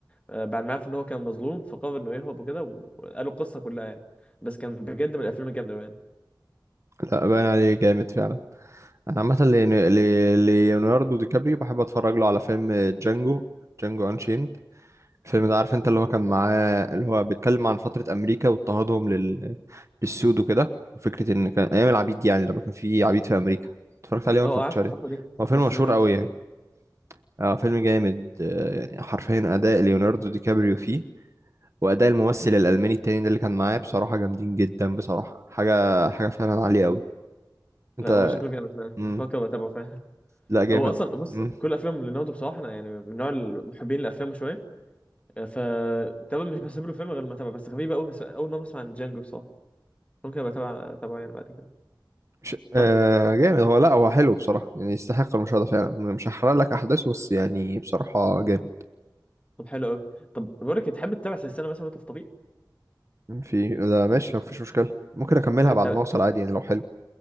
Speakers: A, on the left (about 15°); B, on the right (about 40°).
A: آه، بعد ما عرف ان هو كان مظلوم فقرر انه يهرب وكده وقالوا القصه كلها يعني بس كان بجد من الافلام الجامده يعني
B: لا باين عليه جامد فعلا انا عامه ليون- لي- ليوناردو دي كابريو بحب اتفرج له على فيلم جانجو جانجو انشيند الفيلم ده عارف انت اللي هو كان معاه اللي هو بيتكلم عن فتره امريكا واضطهادهم لل... للسود وكده فكره ان كان ايام العبيد دي يعني لما كان في عبيد في امريكا اتفرجت عليه ولا
A: اه
B: ما اتفرجتش
A: عارف
B: عليه
A: الفتره دي
B: هو
A: بس
B: فيلم مشهور
A: ما تابعتش
B: قوي يعني اه فيلم جامد آه، يعني حرفيا اداء ليوناردو دي كابريو فيه واداء الممثل الالماني التاني ده اللي كان معاه بصراحه جامدين جدا بصراحه حاجه حاجه فعلا عاليه قوي انت
A: لا هو شكله جامد فعلا
B: مم.
A: بفكر اتابعه فعلا
B: لا جامد
A: هو اصلا بص
B: مم.
A: كل افلام ليوناردو بصراحه انا يعني من نوع المحبين الافلام شويه ف تمام مش بسيب له فيلم غير لما اتابعه بس غريبه قوي بس اول مره اسمع عن جانجو بصراحه ممكن ابقى اتابع اتابعه يعني بعد كده
B: مش آه
A: طب
B: جامد هو لا هو حلو بصراحة يعني يستحق المشاهدة فعلا مش هحرق لك أحداثه بس يعني بصراحة جامد
A: طب حلو قوي طب بقول لك إيه، تحب تتابع سلسله مثلا وانت في طريق
B: في لا ماشي مفيش مشكلة ممكن أكملها بعد
A: تا-
B: ما أوصل عادي يعني لو حلو